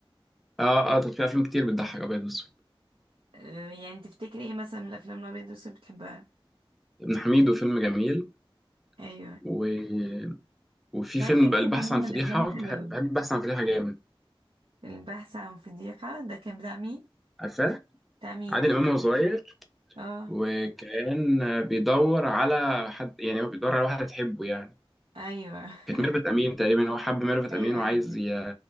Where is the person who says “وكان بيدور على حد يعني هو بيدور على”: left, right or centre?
Centre